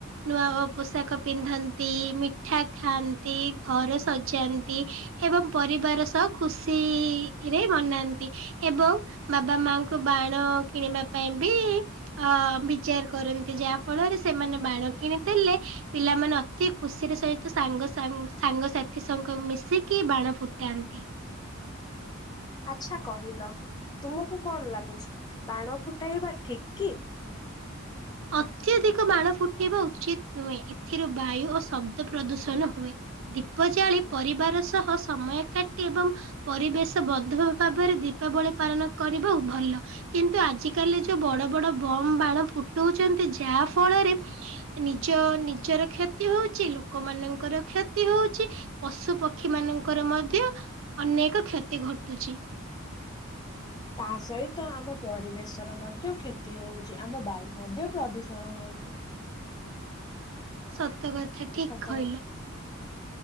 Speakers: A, on the right (about 65°); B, on the left (about 20°).
A: ନୂଆ ପୋଷାକ ପିନ୍ଧନ୍ତି, ମିଠା ଖାଆନ୍ତି, ଘର ସଜାନ୍ତି। ଏବଂ ପରିବାର ସହ ଖୁସିରେ ମନାନ୍ତି। ଏବଂ ବାବା ମାଙ୍କୁ ବାଣ କିଣିବା ପାଇଁ ବି ଅ ବିଚାର କରନ୍ତି। ଯାହା ଫଳରେ ସେମାନେ ବାଣ କିଣି ଦେଲେ ପିଲାମାନେ ତି ଖୁସିର ସହିତ ସାଙ୍ଗ ସାଙ୍ଗ ସାଙ୍ଗସାଥିସଙ୍ଗ ମିଶିକି ବାଣ ଫୁଟାନ୍ତି।
B: ଆଚ୍ଛା କହିଲ ତୁମକୁ କଣ ଲାଗୁଛି ବାଣ ଫୁଟାଇବା ଠିକ୍ କି?
A: ଅତ୍ୟଧିକ ବାଣ ଫୁଟେଇବା ଉଚିତ ନୁହେଁ। ଏଥିରୁ ବାୟୁ ଓ ଶବ୍ଦ ପ୍ରଦୂଷଣ ହୁଏ। ଦୀପ ଜାଳି ପରିବାର ସହ ସମୟ କାଟି ଏବଂ ପରିବେଶ ବନ୍ଧୁ ଭାବରେ ଦୀପାବଳି ପାଳନ କରିବା ଭଲ। କିନ୍ତୁ ଆଜିକାଲି ଯୋଉ ବଡ ବଡ ବମ୍ ବାଣ ଫୁଟଉଛନ୍ତି ଯାହା ଫଳରେ ନିଜ ନିଜର କ୍ଷତି ହଉଚି ଲୋକମାନଙ୍କର କ୍ଷତି ହଉଛି। ପଶୁ ପକ୍ଷୀ ମାନଙ୍କର ମଧ୍ୟ ଅନେକ କ୍ଷତି ଘଟୁଛି।
B: ତା ସହିତ ଆମ ପରିବେଶ ର ମଧ୍ୟ କ୍ଷତି ହଉଛି। ଆମ ବାୟୁ ମଧ୍ୟ ପ୍ରଦୂଷଣ ହଉଛି।
A: ସତ କଥା ଠିକ
B: ସତ
A: କହିଲ।